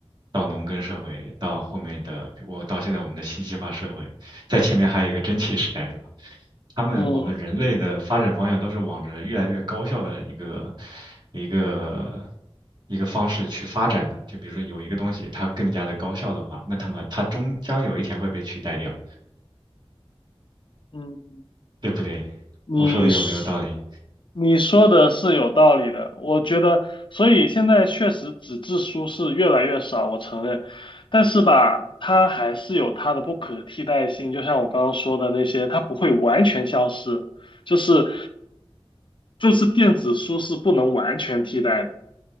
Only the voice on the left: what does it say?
嗯
嗯，
你说
你说的是有道理的，我觉得，所以现在确实纸质书是越来越少，我承认，但是吧，它还是有它的不可替代性，就像我刚刚说的那些，它不会完全消失，就是就是电子书是不能完全替代的，